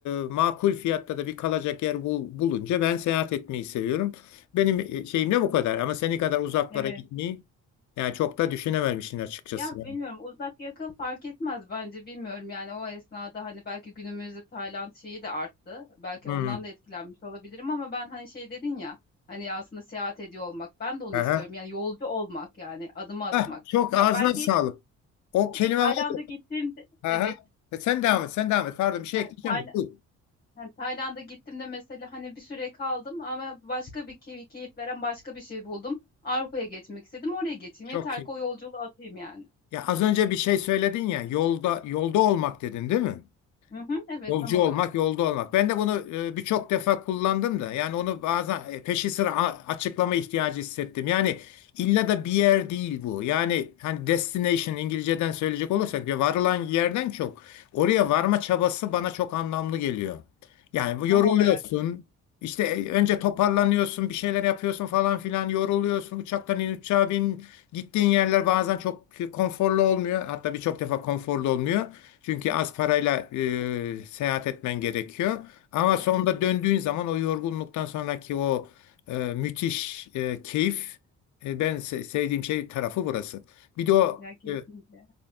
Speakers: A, on the left; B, on the left.
A: e, makul fiyatta da bir kalacak yer bul- bulunca ben seyahat etmeyi seviyorum. Benim e, şeyimle bu kadar ama seni kadar uzaklara
B: evet.
A: gitmeyi yani çok da düşünememişsin açıkçası
B: Ya
A: yani.
B: bilmiyorum uzak yakın fark etmez bence bilmiyorum yani o esnada hani belki günümüzde Tayland şeyi de arttı. Belki
A: Hmm.
B: ondan da etkilenmiş olabilirim ama ben hani şey dedin ya hani aslında seyahat ediyor olmak ben de onu
A: Aha.
B: istiyorum yani yolcu olmak yani adımı atmak.
A: Ah, çok
B: Ya
A: ağzına
B: belki
A: sağlık. O kelime
B: Tayland'a
A: var.
B: gittiğimde
A: Aha.
B: evet
A: E, Sen devam et, sen devam et. Pardon bir şey
B: ha,
A: ekleyeceğim
B: Tayla-
A: de. Buyur.
B: ha, Tayland'a gittiğimde mesela hani bir süre kaldım ama başka bir key- keyif veren başka bir şey buldum. Avrupa'ya geçmek istedim oraya geçeyim
A: Çok
B: yeter
A: iyi.
B: ki o yolculuğu atayım yani.
A: Ya az önce bir şey söyledin ya yolda yolda olmak dedin değil mi?
B: Hı hı, evet
A: Yolcu
B: tam olarak.
A: olmak, yolda olmak. Ben de bunu e, birçok defa kullandım da. Yani onu bazen e, peşi sıra a- açıklama ihtiyacı hissettim. Yani
B: Hı
A: illa
B: hı.
A: da bir yer değil bu. Yani hani destination İngilizceden söyleyecek olursak bir varılan yerden çok oraya varma çabası bana çok anlamlı geliyor. Yani bu yoruluyorsun.
B: Tam olarak.
A: İşte e, önce toparlanıyorsun, bir şeyler yapıyorsun falan filan yoruluyorsun. Uçaktan in, uçağa bin. Gittiğin yerler bazen çok e, konforlu olmuyor. Hatta birçok defa konforlu olmuyor. Çünkü az parayla e, seyahat etmen gerekiyor. Ama sonunda
B: Evet,
A: döndüğün zaman o yorgunluktan sonraki o e, müthiş e, keyif e, ben se- sevdiğim şey tarafı burası. Bir de o
B: ya kesinlikle.
A: e,